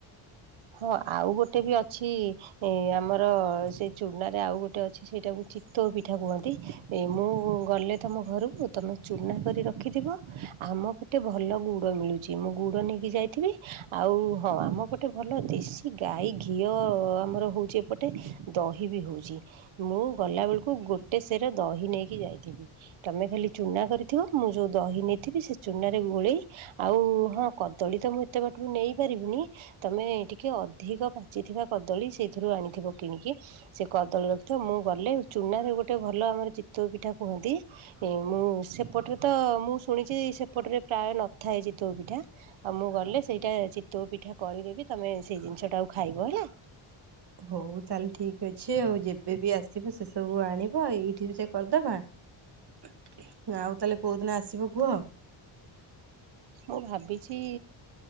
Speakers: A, on the right (about 70°); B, on the right (about 50°).
A: ହଁ ଆଉ ଗୋଟେ ବି ଅଛି ଏ ଆମର ସେ ଚୁନାରେ ଆଉ ଗୋଟେ ଅଛି ସେଇଟାକୁ ଚିତଉ ପିଠା କୁହନ୍ତି। ଏ ମୁଁ ଗଲେ ତମ ଘରକୁ ତମେ ଚୁନା କରି ରଖିଥିବ ଆମକୁ ଗୋଟେ ଭଲ ଗୁଡ଼ ମିଳୁଛି ମୁଁ ଗୁଡ଼ ନେଇକି ଯାଇଥିବି ଆଉ ହଁ ଆମ ପଟେ ଭଲ ଦେଶୀ ଗାଈ ଘିଅ ଆମର ହେଉଛି ଏପଟେ ଦହି ବି ହଉଛି। ମୁଁ ଗଲା ବେଳକୁ ଗୋଟେ ସେରେ ଦହି ନେଇକି ଯାଇଥିବି। ତମେ ଖାଲି ଚୁନା କରିଥିବ ମୁଁ ଯଉ ଦହି ନେଇଥିବି ସେ ଚୁନାରେ ଗୋଳେଇ ଆଉ ହଁ କଦଳୀ ତ ମୁଁ ଏତେ ବାଟରୁ ନେଇ ପାରିବିନି। ତମେ ଟିକେ ଅଧିକ ପାଚିଥିବା କଦଳୀ ସେଇଥିରୁ ଆଣିଥିବ କିଣିକି ସେ କଦଳୀ ରଖିଥିବ ମୁଁ ଗଲେ ଚୁନାରେ ଗୋଟେ ଭଲ ଆମର ଚିତଉ ପିଠା କୁହନ୍ତି ଏ ମୁଁ ସେପଟରେ ତ ମୁଁ ଶୁଣିଛି ସେପଟରେ ପ୍ରାୟ ନଥାଏ ଚିତଉ ପିଠା ଆଉ ମୁଁ ଗଲେ ସେଇଟା ଚିତଉ ପିଠା କରିଦେବି ତମେ ସେଇ ଜିନିଷ ଟାକୁ ଖାଇବ ହେଲା।
B: ହଉ ତାହେଲେ ଠିକି ଅଛି ଆଉ ଯେବେବି ଆସିବ ସେସବୁ ଆଣିବ ଏଇଠି ବି ସେ କରିଦବା ଆଉ ତାହେଲେ କୋଉଦିନ ଆସିବ କୁହ।
A: ମୁଁ ଭାବିଛି